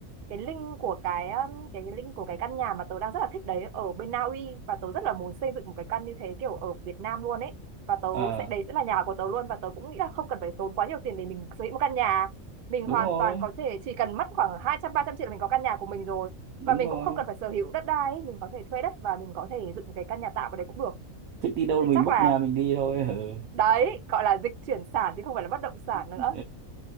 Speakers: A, on the right; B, on the right.
A: cái link của cái ờ, cái link của cái căn nhà mà tớ đang rất là thích đấy ở bên Na Uy và tớ rất là muốn xây dựng một cái căn như thế kiểu ở Việt Nam luôn ấy và tớ
B: à
A: sẽ đấy sẽ là nhà của tớ luôn và tớ cũng nghĩ là không cần phải tốn quá nhiều tiền để mình sở hữu một căn nhà mình
B: đúng
A: hoàn
B: rồi
A: toàn có thể chỉ cần mất khoảng hai trăm ba trăm triệu là mình có căn nhà của mình rồi
B: đúng
A: và mình
B: rồi
A: cũng không cần phải sở hữu đất đai ấy. mình có thể thuê đất và mình có thể dựng một cái căn nhà tạm ở đấy cũng được
B: thích đi đâu là
A: thì
B: mình
A: chắc
B: bốc
A: là
B: nhà mình đi thôi <laughs> ừ.
A: đấy gọi là dịch chuyển sản chứ không phải là bất động sản nữa
B: Ừ.